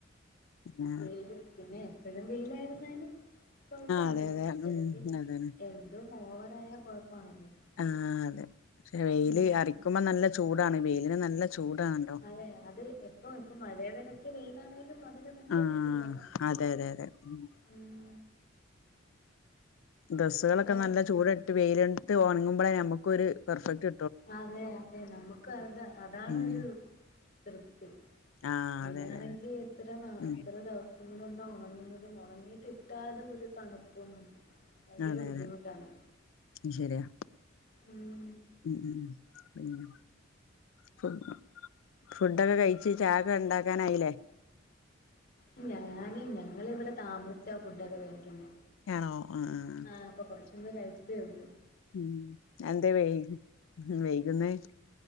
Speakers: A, on the left (about 80°); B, on the left (about 50°).
A: ആ
B: വെയിലും പിന്നെ എപ്പഴും വെയിലായിരുന്നാലും കൊഴപ്പാണ്
A: അതെ
B: പിന്നെ
A: അതെ
B: എടയ്ക്കെടയ്ക്ക്
A: ഉം അതാണ്
B: എന്തും ഓവറായ കൊഴപ്പാണല്ലോ
A: ആഹ് അതെ ക്ഷെ വെയില്
B: ഉം
A: അറിക്കുമ്പോ നല്ല ചൂടാണ് വെയിലിന് നല്ല ചൂടാണ്
B: അതെ അത് എപ്പഴും ഇപ്പ മഴേടെ എടക്ക്‌ വെയിലാണേലും അതിന് ഭയങ്കര
A: ആഹ്
B: ചൂടാണ്
A: അതെ അതെ അതെ ഉം
B: ഉം
A: ഡ്രസ്സുകളൊക്കെ
B: വേറെ
A: നല്ല ചൂട് ട്ട് വെയിലൊണ്ട്ട്ട് ഒണങ്ങുമ്പളെ ഞമ്മക്കൊര് പെർഫെക്ട്
B: അതെ അതെ നമക്കതാ അതാണൊരു
A: ഉം
B: തൃപ്തി
A: ആ അതെ
B: ഇതാണെങ്കി
A: അതെ അതെ
B: എത്ര ന
A: ഉം
B: എത്ര ദിവസം ങൊണ്ടാ ഒണങ്ങുന്നത് ഒണങ്ങിട്ട്ടാലും ഒരു തണുപ്പും ഭയങ്കര
A: അതെ
B: ബുദ്ധിമുട്ടാണ്
A: അതെ ഉം ശെരിയാ
B: ഉം
A: ഉം ഉം പിന്നെ ഫുഡ് ഫുഡൊക്കെ കഴിച്ച് ചായക്കെണ്ടാക്കാനായിലെ
B: ഇല്ല ഞാനില്ല ഞങ്ങളിവടെ താമസിച്ച ഫുഡൊക്കെ കഴിക്ക്‌ന്നെ
A: യേണോ <unintelligible>
B: ആഹ് ഇപ്പൊ കൊർച്ച് മുമ്പേ കഴിച്ചതെള്ളു
A: ഉം എന്താ വെയ് വെയ്കുന്നെ